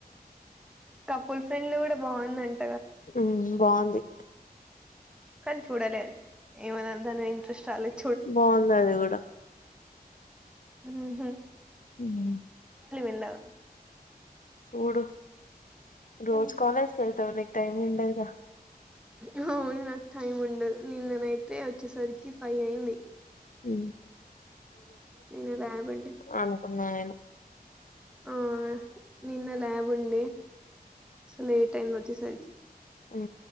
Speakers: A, in the centre; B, on the left.
A: కపుల్ ఫ్రెండ్లు కూడా బాగుందండి
B: ఆ బాగుంది
A: కానీ చూడలేదు ఏమందింతా ను ఇంట్రెస్ట్ ఆలోచ
B: బాగుంది అది కూడా
A: ఆహా
B: ఉన్న
A: లో
B: చూడు రోజ్
A: మ్మ్
B: కాలేజ్ కేళ్తావ నీ టైమ్ ఉండదా
A: ఉహ్ ఉన్న టైం ఉండదు నిన్ననైతే వచ్చేసరికి ఫై అయింది
B: ఉ
A: నిన్న ల్యాబ్ ఉండి
B: అనుకున్నా నేను
A: ఆ నిన్న ల్యాబ్ ఉండి చలు ఏ టైమ్ లోచ్చతే సరికి
B: ఉ